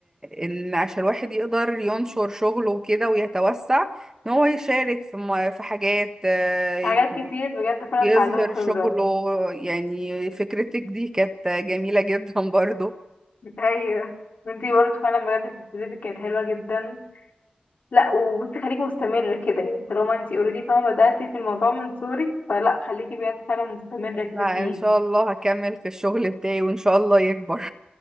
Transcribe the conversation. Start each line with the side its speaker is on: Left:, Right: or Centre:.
Right: ان عشان الواحد يقدر ينشر شغله وكده ويتوسع ان هو يشارك في م- في حاجات آه،
Left: حاجات كتير بجد فعلا
Right: يظهر
Left: اتعلموا خبرة
Right: شغله يعني فكرتك دي كانت جميلة جدا <laughs> برضو
Left: أيوة وانتي برضه فعلا بجد في ابتدائي كانت حلوة جدا لا وبصي خليكي مستمرة كده يعني طالما انتي اوريدي فاهمة بدأتي في الموضوع من صغرك فلا خليكي بجد فعلا مستمرة كده
Right: لا
Left: فيه
Right: ان شاء الله هكمل في الشغل بتاعي وان شاء الله يكبر